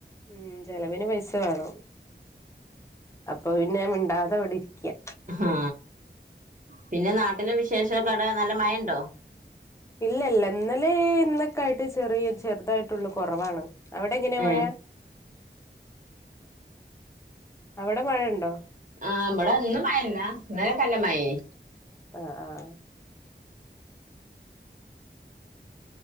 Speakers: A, on the left; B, on the right.
A: ഉം ചെലവിന് പൈസ വേണം അപ്പൊ പിന്നെ മിണ്ടാതെ ഇവിടെരിക്കാ.
B: ആ പിന്നെ നാട്ടിലെ വിശേഷ കട നല്ല മഴണ്ടോ.
A: ഇല്ലല്ല ഇന്നലെ ഇന്നൊക്കായിട്ട് ചെറിയ ചെറുതായിട്ടുള്ള കൊറവാണ്. അവിടെ എങ്ങനെയാ
B: ഏഹ്
A: മഴ. അവിടെ മഴണ്ടോ.
B: ആഹ് ഇവിടെ ഇന്ന് മയല്ല ഇന്നലെകല്ല മയനി.
A: ആഹ് ആഹ്.